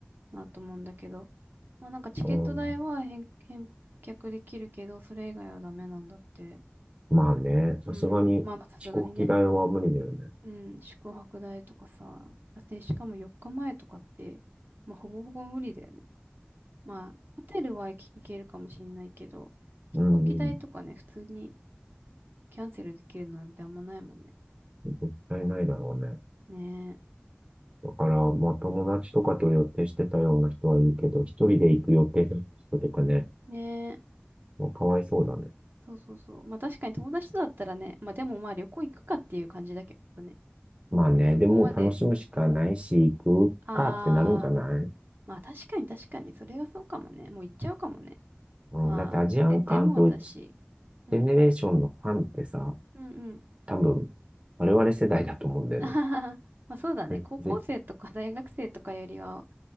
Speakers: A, on the right; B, on the right.
A: なと思うんだけど。まあなんかチケット代は返、
B: うん、
A: 返却できるけど、それ以外はダメなんだって。
B: まあね、
A: うん。
B: さすがに飛行機代は無理だよね。
A: まあまあさすがにね。うん。宿泊代とかさ。で、しかも4日前とかって、まあほぼほぼ無理だよね。まあ、ホテルは行けるかもしんないけど、飛行機代とかね、
B: うん、
A: 普通にキャンセルできるなんてあんまないもんね。
B: 絶対ないだろうね。
A: ね
B: だから、まあ、友達とかと予定してたような人はいいけど、一人で行く予定だった人とかね、
A: え。ねえ。
B: もうかわいそうだね。
A: そうそうそう。まあ確かに友達とだったらね、まあでもまあ旅行行くかっていう感じだけどね。
B: まあね、
A: まあそこまで、
B: でも楽しむしかないし、行くかってなるんじゃない
A: あー、まあ確かに確かに、それはそうかもね。もう行っちゃうかもね。
B: うん、
A: まあ、
B: だってアジアンカンフージ
A: で、でもだし、うん、
B: ェネレーションのファンってさ、
A: うんうん。
B: 多分、我々世代だと思うんだよね。
A: <laughs> あはははまあそうだね。
B: で、
A: 高校生とか大学生とかよりは、